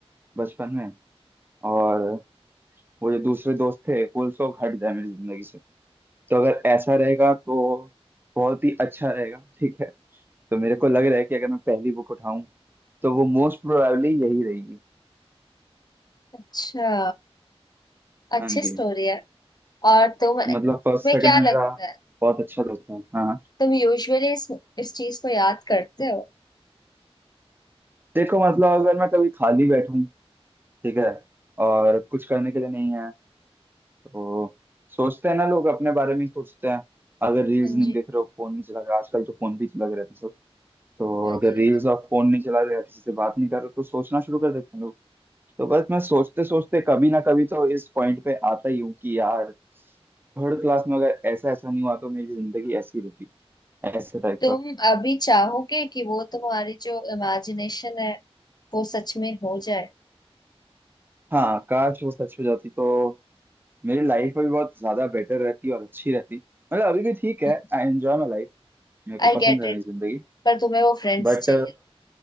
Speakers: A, on the right; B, on the left.
A: बचपन में और वो जो दूसरे दोस्त थे वो सब हट जाए मेरी जिंदगी से तो अगर ऐसा रहेगा तो बहुत ही अच्छा रहेगा ठीक है तो मेरे को लग रहा है कि अगर मैं पहली बुक उठाऊं तो वो मोस्ट प्रोबेबली यही रहेगी
B: अच्छा अच्छी
A: हाँ
B: स्टोरी
A: जी
B: है और तुम तुम्हें
A: मतलब फर्स्ट सेकंड
B: क्या
A: में
B: लगता
A: मेरा
B: है
A: बहुत अच्छा दोस्त था हाँ हाँ
B: तुम यूजुअली इस इस चीज को याद करते हो
A: देखो मतलब अगर मैं कभी खाली बैठूं ठीक है और कुछ करने के लिए नहीं है तो सोचते हैं ना लोग अपने बारे में ही सोचते हैं अगर रील्स
B: हाँ
A: नहीं
B: जी
A: देख रहे हो फोन नहीं चला रहे हो, आजकल तो फोन भी चला रहे हैं तो
B: हाँ जी
A: अगर रील्स
B: हाँ जी
A: और फोन नहीं चला रहे या किसी से बात नहीं कर रहे तो सोचना शुरू कर देते हैं लोग तो बस मैं सोचते सोचते कभी ना कभी तो इस पॉइंट पे आता ही हूँ कि यार थर्ड क्लास में अगर ऐसा ऐसा नहीं हुआ तो मेरी जिंदगी ऐसी होती ऐसे टाइप
B: तुम
A: का
B: अभी चाहोगे कि वो तुम्हारी जो इमेजिनेशन है वो सच में हो जाए
A: हाँ काश वो सच हो जाती तो मेरी लाइफ भी बहुत ज्यादा बेटर रहती और अच्छी रहती मतलब अभी भी ठीक है
B: हम्म,
A: I enjoy my life मेरे को
B: आई
A: पसंद
B: गेट
A: है मेरी
B: इट
A: जिंदगी
B: पर तुम्हें वो फ्रेंड्स
A: बट
B: चाहिए थे